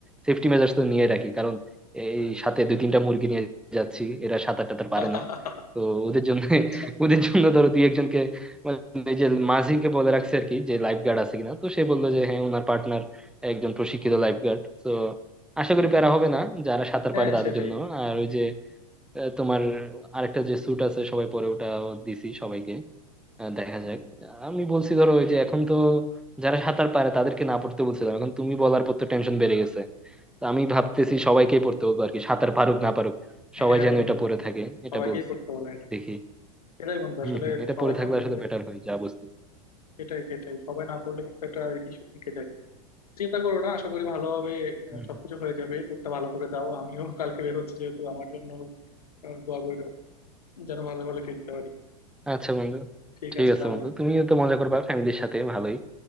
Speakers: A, in the centre; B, on the left.
A: সেফটি মেজার্স তো নিয়ে রাখি কারণ এই সাথে দুই তিনটা মুরগি নিয়ে যাচ্ছি এরা সাঁতার টাতার পারে
B: <laughs>
A: না তো ওদের জন্য <laughs>
B: আচ্ছা
A: ওদের জন্য ধরো দুই একজনকে মানে এই যে মাঝিকে বলে রাখছে আর কি যে লাইফ গার্ড আছে কিনা তো সে বললো যে হ্যাঁ ওনার পার্টনার একজন প্রশিক্ষিত লাইফ গার্ড তো আশা করি প্যারা হবে না যারা সাঁতার
B: হ্যাঁ
A: পারে তাদের
B: সেটাই
A: জন্য আর ওই যে আহ, তোমার আরেকটা যে স্যুট আছে সবাই পরে ওটা দিছি সবাইকে আহ, দেখা যাক আমি বলছি ধরো ওই যে এখন তো যারা সাঁতার পারে তাদেরকে না পড়তে বলছিলাম এখন তুমি বলার পর তো টেনশন বেড়ে গেছে তো আমি ভাবতেছি সবাইকেই পড়তে বলবো আর কি সাঁতার পারুক না পারুক সবাই
B: হ্যাঁ
A: যেন
B: বন্ধু
A: এটা পরে থাকে এটা
B: সবাইকেই
A: বলছি
B: পড়তে বলে এটা
A: দেখি
B: সেটাই বন্ধু
A: হম
B: আসলে
A: হম এটা
B: সবাই
A: পরে থাকলে
B: না পড়লে
A: আসলে বেটার হয় যা বুঝতেছি
B: সেটাই সেটাই সবাই না পড়লে কিন্তু একটা ইস্যু থেকে যায় চিন্তা করো না আশা করি ভালোভাবে আহ,
A: হুম,
B: সবকিছু
A: হুম।
B: হয়ে যাবে ট্যুরটা ভালো করে দাও আমিও <laughs> কালকে বেরোচ্ছি যেহেতু আমার জন্য আহ, দোয়া করো যেন ভালো করে ফিরতে পারি
A: আচ্ছা বন্ধু
B: ঠিক
A: ঠিক
B: আছে
A: আছে
B: তাহলে
A: বন্ধু তুমিও তো মজা করবা ফ্যামিলির সাথে ভালোই